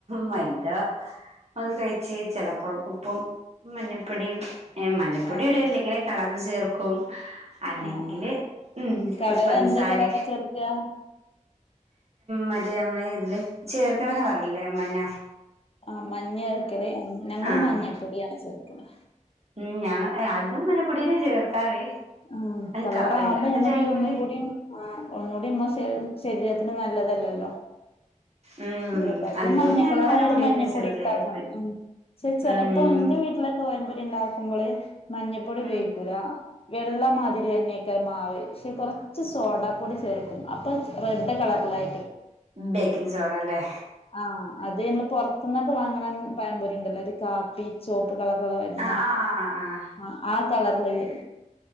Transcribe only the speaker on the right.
മൈദ ഒന്ന് കഴച്ച് വച്ച് ചെലപ്പോം ഒപ്പം മഞ്ഞപ്പൊടി മഞ്ഞപ്പൊട
ഇടെല്ല ഇങ്ങനെ കളറ് ചേർക്കും അല്ലെങ്കില്
ഉം
കുറച്ച് പഞ്ചസാരൊക്കെ
മറ്റേ നമ്മള് ഇതില് ചേർക്ണ കളറില്ലേ മഞ്ഞ
ആഹ്
ഉം ഞങ്ങള് ആധികം മഞ്ഞപ്പൊടി തന്നെ ചേർക്കാറ്
കളറില്ലാത്ത
ടൈമില്
ഉം
അധികവും
ഞാൻ
മഞ്ഞപ്പൊടിന്നെ
ചേർക്കല്
എപ്പഴും
ഉം
ഉം
ബേക്കിങ് സോഡ അല്ലേ
ആഹ് ആഹ് ആഹ് ആഹ് ആഹ്